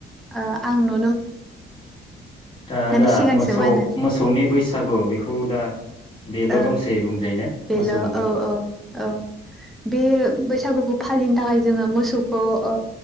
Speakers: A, in the centre; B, on the left (about 25°).
A: ओ आंनो
B: दा
A: माने
B: जा
A: सिगांसोमोन
B: मोसौ मोसौनि बैसागु बेखौ औ दा बेल'
A: ओं
B: दंसै बुंजायोना
A: बेल'
B: मोसौजों
A: औ औ औ बे बैसागुखौ फालिनो थाखाय जोङो मोसौखौ ओ